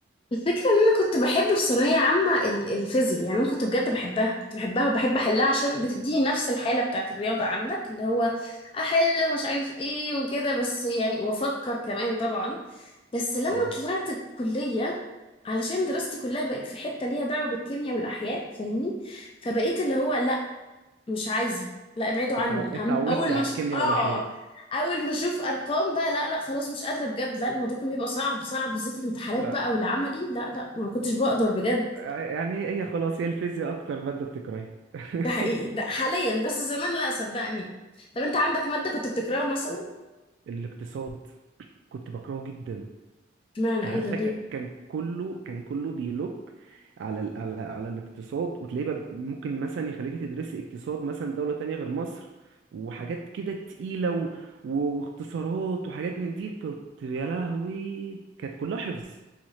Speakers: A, on the left; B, on the right.
A: الفكرة ان انا كنت بحب في ثانوية عامة ال- الفيزياء يعني انا كنت بجد بحبها كنت بحبها وبحب احلها عشان بتديني نفس الحالة بتاعت الرياضة عندك اللي هو احل ومش عارف ايه وكده بس يعني وافكر كمان طبعا بس لما
B: أه
A: طلعت الكلية علشان دراستي كلها بقت في حتة ليها دعوة بالكيمياء والاحياء فاهمني فبقيت اللي هو لا مش عايزة لا ابعدوا عني
B: اتعو- اتعودتي
A: أم اول
B: على
A: ما ش...
B: الكيمياء
A: اه
B: والأحياء
A: اول ما اشوف ارقام بقى لا لا خلاص مش قادرة بجد لا الموضوع كان بيبقى صعب صعب بالذات الامتحانات
B: لا
A: بقى والعملي لا لا ما كنتش بقدر بجد
B: يعني هي هي خلاص هي الفيزياء أكتر مادة بتكرهيها <laughs>
A: ده حقيقي لا حاليا بس زمان لا صدقني طب انت عندك مادة كنت بتكرهها مثلا
B: الاقتصاد كنت بكرهه جدا
A: اشمعنى
B: كان
A: ايه
B: عارفه
A: ده ليه
B: ك- كان كله كان كله بيلوك على ال- على على الاقتصاد وتلاقيه بقى ممكن مثلا يخليكي تدرسي اقتصاد مثلا دولة تانية غير مصر وحاجات كده تقيلة و... و... واختصارات وحاجات من دي كنت يا لهوي كانت كلها حفظ